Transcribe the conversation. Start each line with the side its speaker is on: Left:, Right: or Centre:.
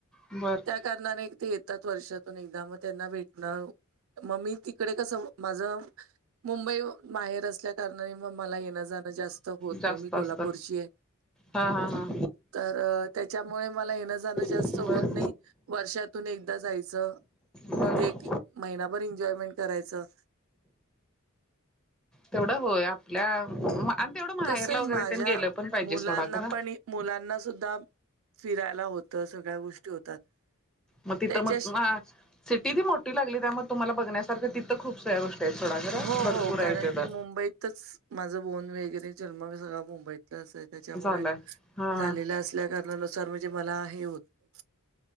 Centre: बरं..
Right: त्या कारणाने एक ते येतात वर्षातून एकदा मग त्यांना भेटणं मग मी तिकडे कस म माझ मुंबई माहेर असल्या कारणाने मग मला येण जाणं जास्त होत
Centre: जास्त
Right: नाही मी कोल्हापूरची
Centre: असतात
Right: आहे.
Centre: हा हा हा
Right: तर अ त्याच्यामुळे मला येणं जाणं जास्त
Centre: बर
Right: होत नाही वर्षातून एकदा जायचं.
Centre: बर
Right: तिथे एक एक महिनाभर एन्जॉयमेंट करायचं.
Centre: तेवढं होय आपल्या मा आणि तेवढं माहेरला
Right: कसं आहे
Centre: वगैरे
Right: माझ्या
Centre: त्यांनी गेलं पण पाहिजे
Right: मुलांना
Centre: सोडा खरं.
Right: पण मुलांना सुद्धा फिरायला होतं सगळ्या गोष्टी होतात.
Centre: मग तिथं
Right: त्याच्या
Centre: मग ना सिटी बी ती मोठी लागली त्या मग तुम्हाला बघण्यासारखं ति खूप सऱ्या गोष्टी आहेत थोडा घरा
Right: हो
Centre: भरपूर
Right: हो कारण
Centre: आहेत
Right: की
Centre: तर
Right: मुंबईतच. माझं बोन वगैरे जन्म बी झाला सगळा मुंबईतला असाय त्याच्यामुळे
Centre: झालंय हा
Right: झालेल्या असल्या कारणानुसार म्हणजे मला हे होत नाही.